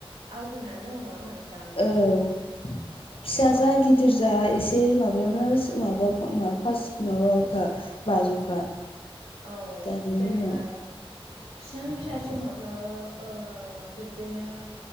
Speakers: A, on the right; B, on the left.
A: आवग्रिनानै दं नङा होमबा नोंथां?
B: औ फिसा
A: औ
B: जा गिदिर जा एसे माबायावनो माबा फास माबाखा बाजौखा।
A: औ
B: दानि
A: जेनेबा
B: दिनाव
A: फिसा फिसा समावथ' ओ बिब्दिनो